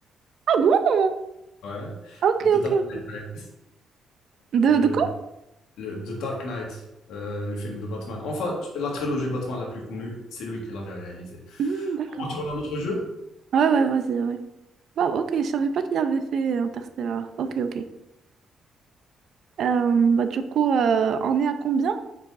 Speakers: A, on the right; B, on the left.
A: Ah bon?
B: Ouais.
A: Ok,
B: De
A: ok,
B: Dark
A: ok.
B: Knight Rises.
A: De,
B: Le,
A: de
B: le- The Dark Knight, euh, le film de Batman. Enfin, la trilogie Batman la plus connue, c'est lui qui l'avait réalisée.
A: Hmm, d'accord.
B: En retournant à notre jeu,
A: Ouais, ouais, vas-y, ouais. Wow, ok, je savais pas qu'il avait fait Interstellar. Ok, ok. Euh, bah, du coup, euh, on est à combien?